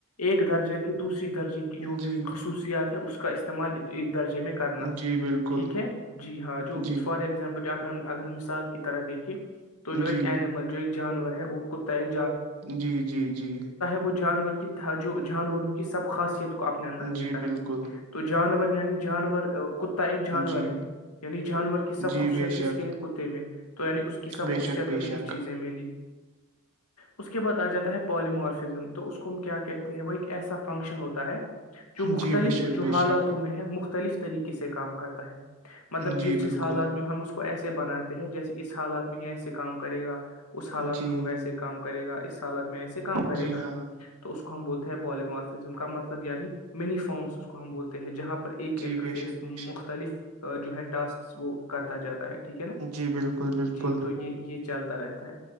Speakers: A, on the left; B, on the right.
A: ایک درجے کے دوسر درجے کی جو
B: جی
A: خصوصیات ہے اس کے کا استعمال ایک درجے میں کرنا
B: جی بالکل
A: ٹھیک ہے جی ہاں جو
B: جی
A: فار ایزامپل آپ اگر مثال کی طرح دیکھ تو جو ایک
B: جی
A: انیمل جو ایک جانور ہے وہ کتا ہےل
B: جی جی جی
A: وہ جانور کی جو جانوروں کی سب خاصیت کو اپنے اندر لیتا
B: جی بالکل
A: ہے تو جانور یعنی جانور ک کتا ایک جانور
B: جی
A: ہے یعنی جانور کی سب
B: جی
A: خصیت
B: بے
A: کس
B: شک
A: کے ہے کتے میں تو یعنی اس کی سب
B: بے
A: خوصیت
B: شک بے
A: ہم نے
B: شک
A: اس چیزیں میں لی اس کے بعد آ جاتا ہے پاللیمارس فزم تو اس کو ہم کیا کہتے ہیں وہ ایک ایسا فنکشن ہوتا ہے جو مختلف
B: جی بے شک
A: جو
B: بے
A: حالاتوں
B: شک
A: میں ہے مختلف طریقے سے کام کرتا ہے مطلب
B: جی
A: جس جس
B: بالکل
A: حالات میں ہم کو ایسے بناتے ہیں جیسے اس حالات میں یہ ایسے کام کرے گا اس حالات
B: جی
A: میں وہ ویسے کام کرے گا سالک میں ایسے کام کرے
B: جی
A: گا
B: ہاں ہاں
A: تو کو ہم بولتے ہیں بالیمارفزم کا مطلب ینی منی فارمس کو ہم بولتے ہیں جہاں پر ایک
B: جی
A: انٹرفیس
B: بے شک بے شک
A: مختلف جو ہے ٹسکس وہ کرتا جاتا ہے ٹھیک ہے نا
B: جی بالکل بالکل
A: جی تو یہ یہ چلتا رہے ہے